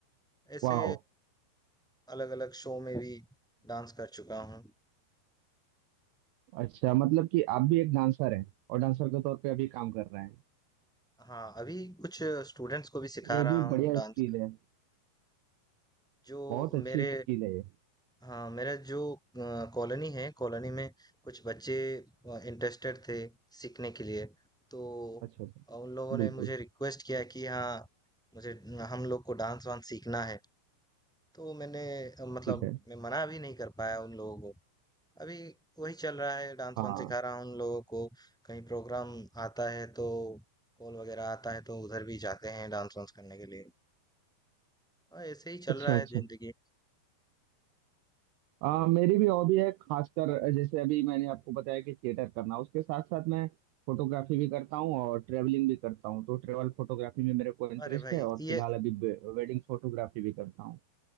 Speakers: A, in the centre; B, on the right.
A: ऐसे
B: वाह
A: अलग अलग शो में भी डांस कर चुका हूँ
B: अच्छा मतलब कि आप भी एक डांसर हैं और डांसर के तौर पे अभी काम कर रहे हैं
A: हाँ अभी कुछ स्टूडेंट्स को भी सिखा
B: ये
A: रहा
B: भी बढ़िया
A: हूँ डांस
B: स्किल है
A: जो
B: बहुत अच्छी
A: मेरे
B: स्किल है ये
A: हाँ मेरा जो कॉलोनी है कॉलोनी में कुछ बच्चे इंटरेस्टेड थे सीखने के लिए तो
B: अच्छा अच्छा
A: अ, उन लोगों ने
B: बिल्कुल
A: मुझे रिक्वेस्ट किया कि हाँ मुझे हम लोग को डांस वांस सीखना है तो मैंने अ, मतलब
B: ठीक है
A: मैं मना भी नहीं कर पाया उन लोगों को अभी वही चल रहा है डांस
B: हाँ
A: वांस सिखा रहा हूँ उन लोगों को कहीं प्रोग्राम आता है तो कॉल वगैरह आता है तो उधर भी जाते हैं डांस वांस करने के लिए और ऐसे ही चल
B: अच्छा
A: रहा है
B: अच्छा
A: जिंदगी
B: आ, मेरी भी हॉबी है खासकर जैसे अभी मैंने आपको बताया कि थिएटर करना उसके साथ साथ मैं फोटोग्राफी भी करता हूँ और ट्रेवलिंग भी करता हूँ तो ट्रेवल फोटोग्राफी में मेरे को इंटरेस्ट
A: अरे भाई
B: है और
A: ये
B: फिलहाल अभी वेडिंग फोटोग्राफी भी करता हूँ